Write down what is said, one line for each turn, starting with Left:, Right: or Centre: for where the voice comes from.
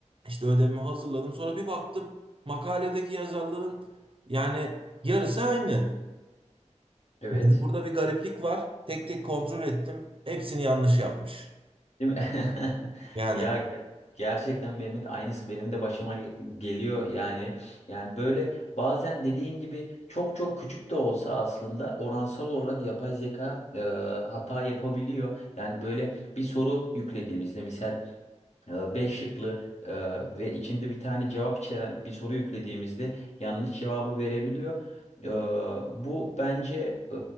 Right: İşte ödevimi hazırladım. Sonra bir baktım. Makaledeki yazarların yani yarısı aynı.
Left: Evet.
Right: Dedi, burada bir gariplik var. Tek tek kontrol ettim. Hepsini yanlış yapmış.
Left: Değil mi? <laughs>
Right: Yani
Left: Ya ge- gerçekten Mehmet aynısı benim de başıma ge- geliyor yani. Yani böyle bazen dediğin gibi çok çok küçük de olsa aslında oransal olarak yapay zeka e, hata yapabiliyor. Yani böyle bir soru yüklediğimizde misal e, beş şıklı e, ve içinde bir tane cevap içeren bir soru yüklediğimizde yanlış cevabı verebiliyor. E, Bu bence e,